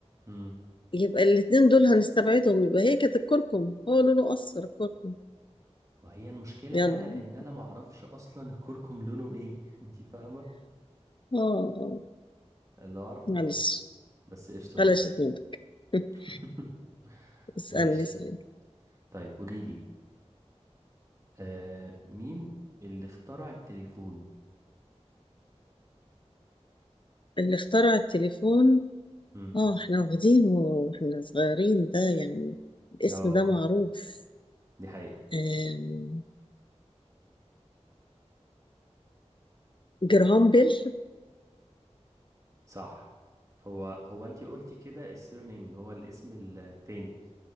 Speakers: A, on the right (about 30°); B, on the left (about 45°).
A: امم
B: يبقى الاتنين دول هنستبعدهم يبقى هي كانت الكركم هو لونه اصفر الكركم
A: وهي المشكلة
B: يلا
A: بقى ان انا معرفش اصلا الكركم لونه ايه <laughs> انتي فاهمة
B: اه آه.
A: لو اعرف كنت
B: معلش
A: قلته بس قشطة
B: قلشت
A: ماشي
B: منك <laughs>
A: <laughs>
B: اسألني
A: ماشي
B: اسألني
A: طيب قولي لي آه مين اللي اخترع التليفون
B: اللي اخترع التليفون
A: امم
B: اه احنا واخدينه واحنا صغيرين ده يعني الاسم
A: اه
B: ده معروف
A: دي حقيقة
B: آم، جراهام بيل
A: صح هو هو انتي قلتي كده السير نيم اللي هو الاسم التاني